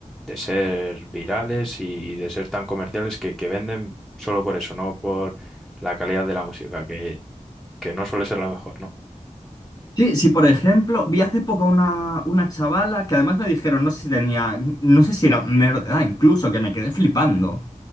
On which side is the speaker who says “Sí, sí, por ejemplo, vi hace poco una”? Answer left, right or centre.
Left